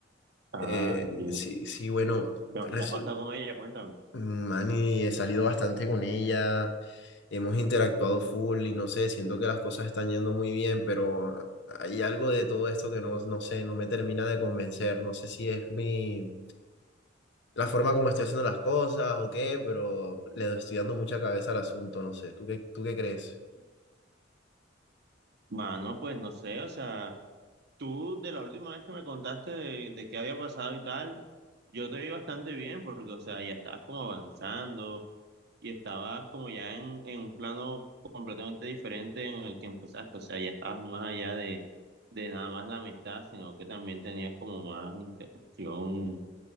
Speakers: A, on the right; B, on the left.
A: Ah,
B: Eh,
A: sí.
B: sí, sí, bueno, resu-
A: ¿Qué, ha qué ha pasado con ella? Cuéntame.
B: Mani, he salido bastante con ella, hemos interactuado full y no sé, siento que las cosas están yendo muy bien, pero hay algo de todo esto que no, no sé, no me termina de convencer, no sé si es mi, la forma como estoy haciendo las cosas o qué, pero le doy- estoy dando mucha cabeza al asunto, no sé, ¿tú qué, tú qué crees?
A: Mano, pues no sé, o sea, tú de la última vez que me contaste de, de qué había pasado y tal, yo te vi bastante bien porque, o sea, ya estabas como avanzando y estabas como ya en, en un plano completamente diferente en el que empezaste, o sea, ya estabas más allá de, de nada más la amistad, sino que también tenías como más interacción